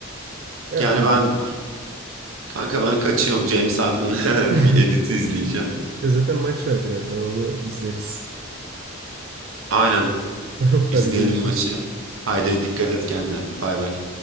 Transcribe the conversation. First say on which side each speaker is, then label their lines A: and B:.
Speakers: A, on the right (about 45°); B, on the right (about 70°).
A: Abi
B: Yani
A: illa
B: ben
A: ki.
B: kanka ben kaçıyorum James Harden
A: <laughs>
B: <laughs> bir editi izleyeceğim.
A: Ya Zaten maç var birazdan onu izleriz.
B: Aynen
A: <laughs> Tamam
B: izleyelim
A: hadi görüşürüz.
B: maçı. Haydi dikkat et kendine. Bay bay.